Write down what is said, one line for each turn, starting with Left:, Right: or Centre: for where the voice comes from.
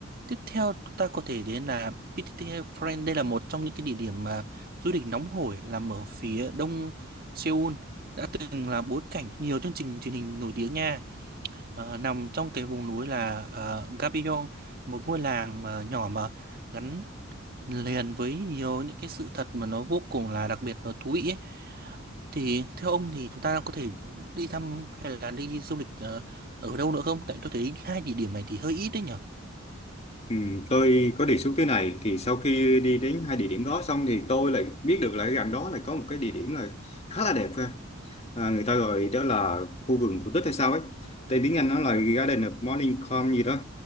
Right: Tiếp theo chúng ta có thể đến là PTT Friend. Đây là một trong những cái địa điểm mà du lịch nóng hổi làm ở phía đông Seoul đã từng là bối cảnh nhiều chương trình truyền hình nổi tiếng nha. Ờ, nằm trong cái vùng núi là uh, Gabillon, một ngôi làng mà nhỏ mà gắn liền với nhiều những cái sự thật mà nó vô cùng là đặc biệt và thú vị ấy. Thì theo ông thì chúng ta có thể đi thăm hay là đi du lịch ờ, ở đâu nữa không? Tại tôi thấy hai địa điểm này thì hơi ít đấy nhở.
Left: Ừ, tôi có đề xuất thế này thì sau khi đi đến hai địa điểm đó xong thì tôi lại biết được là gần đó lại có một cái địa điểm là khá là đẹp ha à, người ta gọi đó là khu vườn cổ tích hay sao ấy tên tiếng Anh nó là Garden of Morning Calm gì đó